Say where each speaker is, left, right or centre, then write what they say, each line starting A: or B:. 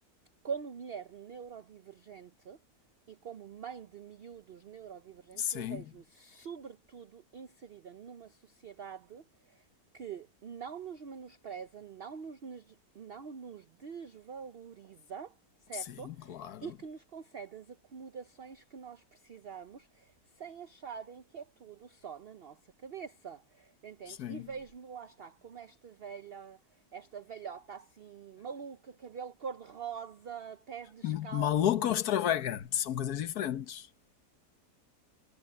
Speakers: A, on the right; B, on the left.
A: como mulher neurodivergente e como mãe de miúdos neurodivergentes,
B: Sim,
A: eu vejo-me, sobretudo, inserida numa sociedade que não nos menospreza, não nos, não nos desvaloriza, certo?
B: sim, claro.
A: E que nos concede as acomodações que nós precisamos sem acharem que é tudo só na nossa cabeça. Entendes?
B: Sim.
A: E vejo-me lá está, como esta velha, esta velhota assim, maluca, cabelo cor-de-rosa, pés descalços,
B: M- Maluco ou extravagante são coisas diferentes.